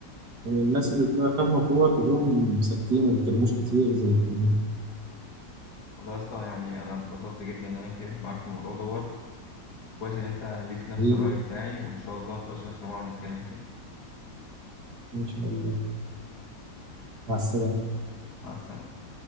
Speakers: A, on the right (about 65°); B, on the left (about 60°).
A: الناس اللي بتبقى فاهمة كورة تلاقيهم ساكتين ما بيتكلموش كتير زي التانيين
B: والله يا اسطى يعني انا اتبسطت جدا ان انا اتكلمت معاك في الموضوع دوت كويس ان انت ليك
A: حبيبي
B: نفس الرأي بتاعي وان شاء الله متبقاش اخر مره نتكلم فيه
A: إن شاء الله مع السلامة
B: مع السلامه